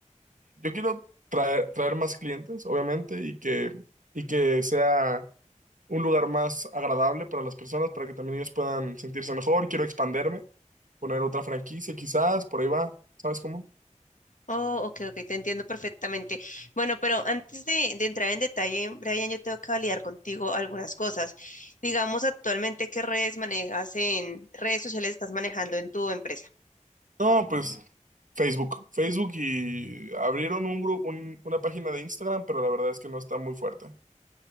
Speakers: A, on the right; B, on the left.
A: Yo quiero traer, traer más clientes, obviamente, y que, y que sea un lugar más agradable para las personas, para que también ellos puedan sentirse mejor. Quiero expanderme, poner otra franquicia quizás, por ahí va, ¿sabes cómo?
B: Oh, ok, ok, te entiendo perfectamente. Bueno, pero antes de, de entrar en detalle, Brian, yo tengo que validar contigo algunas cosas. Digamos, actualmente, ¿qué redes manejas en redes sociales estás manejando en tu empresa?
A: No, pues Facebook. Facebook y abrieron un grupo, una página de Instagram, pero la verdad es que no está muy fuerte.